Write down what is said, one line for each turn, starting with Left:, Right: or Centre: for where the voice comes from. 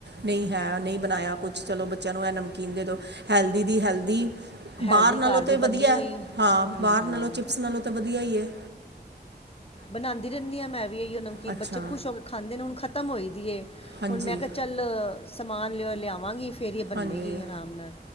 Right: ਨਈ ਹੈ ਨਈ ਬਨਾਯਾ ਕੁਛ ਚੱਲੋ ਬੱਚੇਆਂ ਨੂੰ ਐ ਨਮਕੀਨ ਦੇ ਦੋ ਹੈਲਦੀ ਦੀ ਹੈਲਦੀ
Left: ਹੈਲਦੀ
Right: ਬਾਰ ਨਾਲੋਂ
Left: ਘਰ ਦੀ
Right: ਤੇ
Left: ਬੰਨੀ
Right: ਵਧੀਆ,
Left: ਹੋਈ
Right: ਹਾਂ
Left: ਹੂੰ
Right: ਬਾਰ
Left: ਹੂੰ
Right: ਨਾਲੋਂ ਚਿਪਸ ਨਾਲੋਂ ਤਾਂ ਵਧੀਆ ਈ ਐ।
Left: ਬਨਾਂਦੀ ਰੈਂਦੀ ਆ ਮੈਂ ਵੀ ਅਇਓ ਨਮਕੀਨ
Right: ਅੱਛਾ
Left: ਬੱਚੇ ਖੁਸ਼ ਹੋ ਕੇ ਖਾਂਦੇ ਨੇ ਹੁਨ ਖ਼ਤਮ ਹੋਈ ਦੀ ਏ,
Right: ਹਾਂਜੀ
Left: ਹੁਨ ਮੈਂ ਕੇਆ ਚੱਲ ਸਮਾਨ ਲਿਆ ਲਿਆਵਾਂਗੀ। ਫੇਰ ਈ ਏ ਬਨੇਗੀ
Right: ਹਾਂਜੀ
Left: ਆਰਾਮ ਨਾਲ।